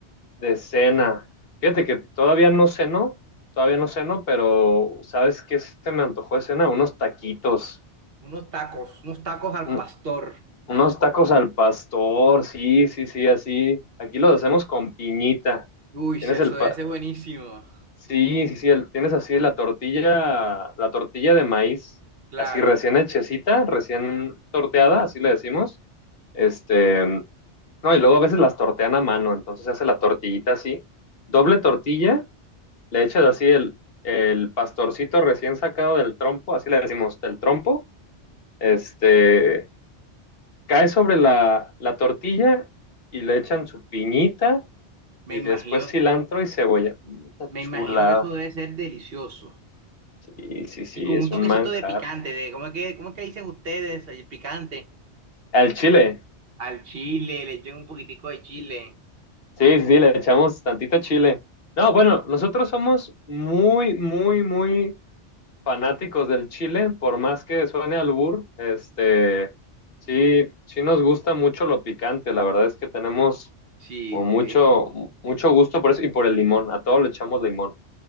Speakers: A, on the left; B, on the right.
A: de cena. Fíjate que todavía no ceno, todavía no ceno, pero ¿sabes qué se me antojó de cena? Unos taquitos.
B: unos tacos, unos tacos al
A: Un-
B: pastor.
A: unos tacos al pastor, sí, sí, sí, así. Aquí los hacemos con piñita.
B: Uy,
A: Tienes
B: eso
A: el, pa-
B: debe ser buenísimo.
A: Sí, sí, sí, el- tienes así la tortilla, la tortilla de maíz,
B: Claro.
A: así recién hechecita, recién torteada, así le decimos. Este, no, y luego a veces las tortean a mano, entonces se hace la tortillita así, doble tortilla, le echas así el, el pastorcito recién sacado del trompo, así le decimos, del trompo, este, cae sobre la, la tortilla y
B: Ujú.
A: le echan su piñita
B: Me
A: y
B: imagino,
A: después cilantro y cebolla. Mm, Está
B: me
A: chulada.
B: imagino que eso debe ser delicioso.
A: Sí, sí, sí,
B: Y con
A: es
B: un toquecito
A: un manjar.
B: de picante, de ¿cómo es que, cómo es que dicen ustedes el picante?
A: Al chile.
B: Al chile, le echan un poquitico de chile.
A: Sí, sí, sí, le echamos tantito chile. No, bueno, nosotros somos muy, muy, muy fanáticos del chile, por más que suene albur, este, sí, sí nos gusta mucho lo picante. La verdad es que tenemos
B: Sí,
A: como mucho,
B: qué-
A: mucho gusto por eso y por el limón. A todo le echamos limón.